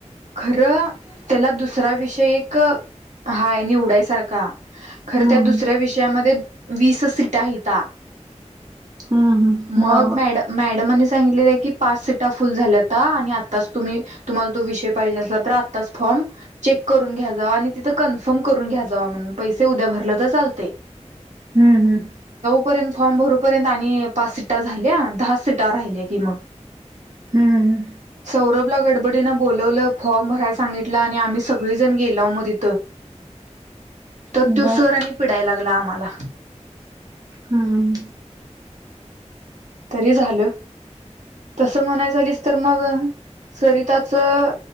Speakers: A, on the right; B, on the right.
A: खरं त्याला दुसरा विषय एक हाय निवडायसारखा. खरं
B: हम्म
A: त्या दुसऱ्या विषयामध्ये वीसच सीटा हायता.
B: हम्म हम्म
A: मग
B: बरोबर.
A: मॅड मॅडमानी स सांगीतलेलं की पाच सीटा फुल झाल्याता आणि आत्ताच तुम्ही तुम्हाला तो विषय पाहिजे असला तर आत्ताच फो अं चेक करून घ्या जावा, आणि तिथं कन्फर्म करून घ्या जावा, म्हणून पैसे उद्या भर तर चालतेय.
B: हम, हम्म.
A: पर्यंत फॉर्म भरूपर्यंत आणि पाच सीटा झाल्या दहाच सीटा राहिल्या कि मग.
B: हम्म हं.
A: सौरभला गडबडीनं बोलावलं फॉर्म भराय सांगितलं आणि आम्ही सगळीजण गेलोव मग तिथं. तर
B: हम्म
A: तो
B: बर.
A: सर आणि पिडाय लागला आम्हाला.
B: हम्म.
A: तरी झालं, तस म्हणाय झालीस तर मग सरिताचं